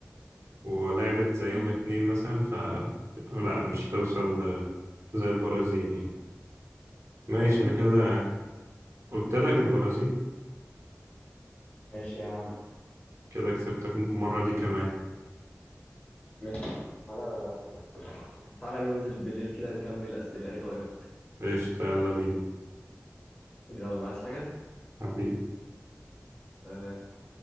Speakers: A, on the right (about 60°); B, on the left (about 35°).
A: ولعبت زيهم
B: مم.
A: اتنين مثلا ف لا مش توصل زي البرازيل يعني ماشي
B: طب قول
A: أنا
B: لي
A: كده
B: الإجابة
A: قلت لك البرازيل
B: ماشي يا عم
A: كده كسبتك المرة دي كمان
B: ماشي تعالى تعالى ننزل بالليل كده نكمل أسئلة إيه رأيك؟
A: قشطة يلا بينا
B: يلا عايز حاجة؟
A: حبيبي
B: سلام